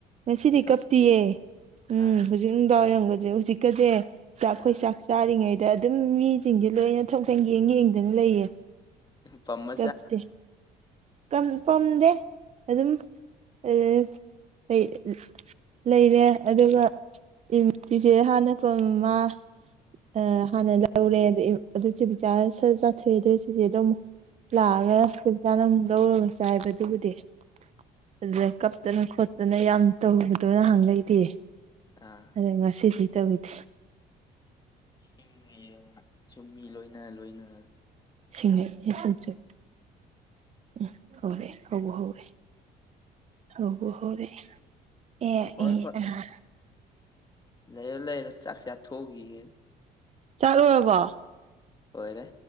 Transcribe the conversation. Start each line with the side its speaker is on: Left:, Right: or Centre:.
Right: ꯉꯁꯤꯗꯤ
Left: ꯈꯞꯇꯤꯌꯦ
Right: ꯀꯞꯇꯤꯌꯦ ꯎꯝ
Left: ꯑꯥ
Right: ꯍꯧꯖꯤꯛ ꯅꯨꯡꯗꯥꯡ ꯋꯥꯏꯔꯝꯒꯖꯦ ꯍꯧꯖꯤꯛꯀꯗꯤ ꯆꯥꯛ ꯑꯩꯈꯣꯏ
Left: ꯑꯥ
Right: ꯆꯥꯛ ꯆꯥꯔꯤꯉꯩ ꯑꯗ ꯑꯗꯨꯝ ꯃꯤꯁꯤꯡꯁꯦ ꯂꯣꯏꯅ ꯊꯣꯛ-ꯊꯣꯛ ꯌꯦꯡ ꯌꯦꯡꯗꯅ ꯂꯩꯌꯦ
Left: ꯄꯝꯃꯩ
Right: ꯇꯞꯇꯦ ꯄꯝꯗꯦ ꯑꯗꯨꯝꯩ-inaudible ꯂꯩꯔꯦ ꯑꯗꯨꯒ ꯇꯤꯝ ꯇꯤꯁꯦ ꯍꯥꯟꯅ ꯐꯪꯃ ꯑ ꯍꯥꯟꯅ ꯂꯧꯔꯦ ꯑꯗꯨ ꯆꯤꯕꯤ inaudible ꯆꯥꯊꯣꯛꯑꯦ ꯑꯗꯨ inaudible ꯑꯗꯨꯝ ꯂꯥꯛꯑꯒ
Left: ꯎꯝ
Right: ꯀꯩ ꯀꯥꯔꯝ ꯂꯧꯔꯒ ꯆꯥꯏꯕ ꯑꯗꯨꯕꯨꯗꯤ ꯑꯗꯨꯗ ꯀꯞꯇꯅ ꯈꯣꯠꯇꯅ ꯌꯥꯝ ꯇꯧꯕꯗꯣ ꯅꯍꯥꯟ ꯒꯩꯗꯤ
Left: ꯑꯥ
Right: ꯑꯗꯨ ꯉꯁꯤꯗꯤ ꯇꯧꯒꯤꯗꯦ
Left: <unintelligible> ꯃꯤ ꯂꯣꯏꯅ ꯂꯣꯏꯅ
Right: ꯁꯤꯡꯑꯩꯅꯦ ꯁꯤꯝꯁꯨ <unintelligible> ꯍꯧꯔꯦ <unintelligible> ꯍꯧꯔꯦ ꯑꯦ
Left: ꯍꯣꯏ
Right: ꯑꯦ
Left: ꯍꯣꯏ
Right: ꯑꯍꯥ
Left: ꯂꯩꯔꯣ ꯂꯩꯔꯣ ꯆꯥꯛ ꯆꯥꯊꯣꯛꯎꯒꯤꯒꯦ
Right: ꯆꯥꯛ ꯂꯣꯏꯔꯕꯣ
Left: ꯂꯣꯏꯔꯦ